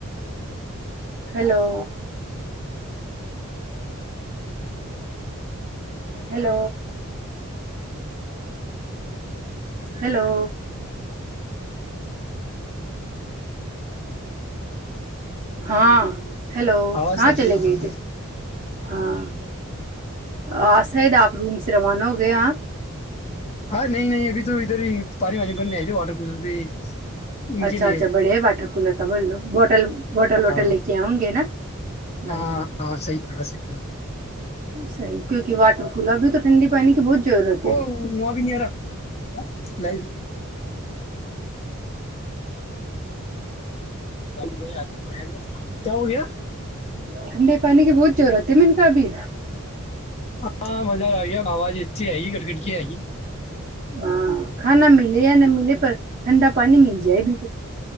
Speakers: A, on the right; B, on the left.
A: لو ہلو ہلو ہاں ہیلو
B: آواز
A: کہاں
B: آ
A: چلے
B: گئی نا
A: گئے تے ہاں آ شاید آپ روم سے روانہ ہو گئے ہاں
B: ہاں نہیں نہیں ابھی تو ادھر ہی پانی وانی بننےئے تھے واٹر کور بھی ان
A: اچھا
B: کے لیے
A: اچھا بڑے واٹر کولر کا بول لو بٹل ہوٹل ووٹل
B: ہاں
A: لے کے آؤ گے نا بڑے
B: ہاں
A: ب
B: صحیح بول رہا ہاں
A: صحی کیونکہ واٹر کولر بھی تو ٹنڈی پانی کی بہت ضرورت
B: او
A: ہے
B: وہ بھی میرا <unintelligible> ہ <unintelligible> تمب <unintelligible> کہ وہ گ <unintelligible>
A: ٹھنڈے پانی کی بہت ضرورت ہے من کا ابھی
B: ہاں مزہ آ گیا آواز ایسی آئی کرکٹ کی آئی
A: ہاں کھانا ملے یا نہ ملے پر ٹھنڈا پانی مل جائے بھی تو